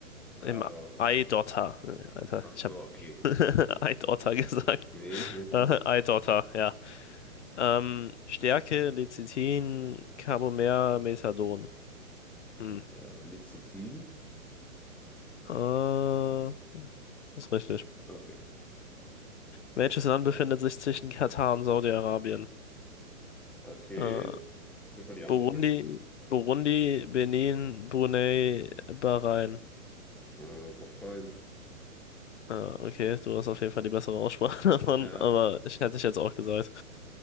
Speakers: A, in the centre; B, on the left.
A: Äh,
B: Im Eidotter. Alter,
A: ach
B: ich
A: so,
B: habe
A: okay.
B: <laughs> Eidotter gesagt.
A: Nee, <laughs> ich
B: Äh,
A: will's.
B: Eidotter, ja. Ähm, Stärke, Lecithin, Carbomer, Methadon. Hm.
A: Äh, Lecithin?
B: Äh, ist richtig.
A: Okay.
B: Welches Land befindet sich zwischen Katar und Saudi-Arabien?
A: Okay,
B: Äh,
A: gib mal die Antworten.
B: Burundi, Burundi, Benin, Brunei, Bahrain.
A: Äh, Bahrain.
B: Äh, okay, du hast auf jeden Fall die bessere Aussprache <laughs> davon,
A: Ja,
B: aber ich hätte ich jetzt auch gesagt.